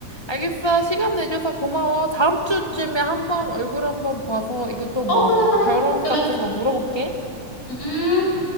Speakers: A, on the left (about 20°); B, on the left (about 55°).
A: 알겠어. 시간 내줘서 고마워. 다음 주쯤에 한번 얼굴 한번 봐서 이것도
B: 어,
A: 뭐
B: 그래, 그래.
A: 결혼
B: 그래.
A: 같은 거 물어볼게.
B: 음.